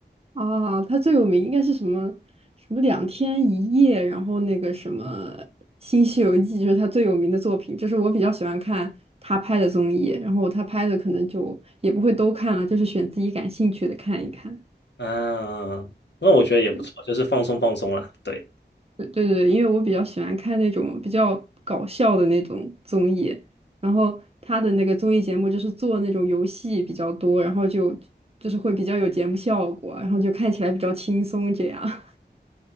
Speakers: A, on the right; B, on the left.
A: 啊，他最有名应该是什么？什么两天一夜，然后那个什么《新西游记》，就是他最有名的作品。就是我比较喜欢看他拍的综艺，然后他拍的可能就也不会都看了，就是选自己感兴趣的看一看。
B: 啊，那我觉得也不错，
A: 对
B: 就是放松放松啦。对，
A: 对对对，因为我比较喜欢看那种比较搞笑的那种综艺，然后他的那个综艺节目就是做那种游戏比较多，然后就就是会比较有节目效果，然后就看起来比较轻松这样。